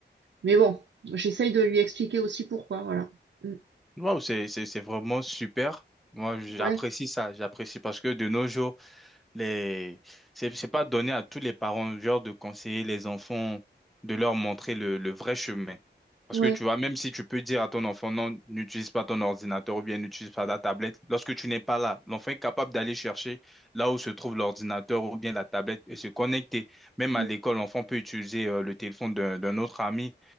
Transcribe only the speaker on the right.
mais bon, j'essaye de lui expliquer aussi pourquoi, voilà. Mm.
Ouais,
ouais,
Mm.